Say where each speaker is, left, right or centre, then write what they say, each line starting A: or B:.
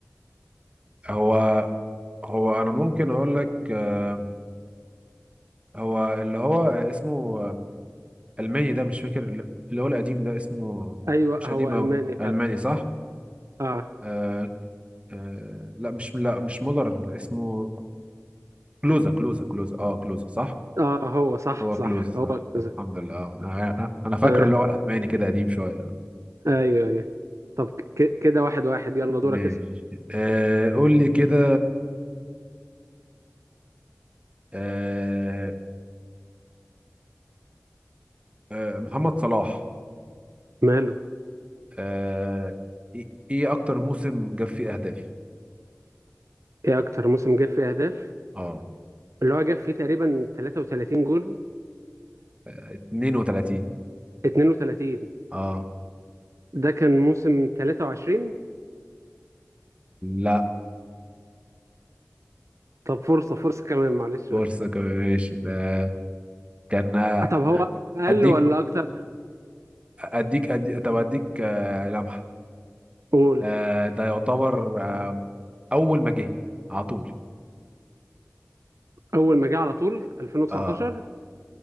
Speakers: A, on the right; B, on the right.
A: هو هو انا ممكن اقول لك آه هو اللي هو اسمه آه، الماني ده مش فاكر اللي اللي هو القديم ده اسمه
B: ايوه
A: مش
B: هو
A: قديم
B: الماني
A: قوي
B: فعلا
A: الماني صح
B: اه
A: آه آه لا مش لا مش مولر اسمه كلوزا كلوزا كلوزا اه كلوزا صح
B: اه هو صح
A: هو
B: صح
A: كلوز صح
B: هو كذا
A: الحمد لله آه. انا أنا فاكره
B: تمام
A: اللي هو الالماني كده قديم شويه
B: ايوه ايوه طب ك- كده واحد واحد يلا دورك
A: ماشي
B: اسأل
A: آه قول لي كده آه آه محمد صلاح
B: ماله
A: آه ايه إيه اكتر موسم جاب فيه اهداف
B: ايه اكتر موسم جاب فيه اهداف
A: اه
B: اللي هو جاب فيه تقريبا 33 جول
A: 32
B: 32
A: اه
B: ده كان موسم 23
A: لا
B: طب فرصة فرصة كمان معلش
A: فرصه
B: بقى
A: كمان ماشي ده كان آه،
B: طب هو اقل
A: اديك
B: ولا اكتر
A: اديك أدي... طب اديك آه لمحه
B: قول
A: آه ده يعتبر آه اول ما جه على طول
B: اول ما جه على طول 2019
A: اه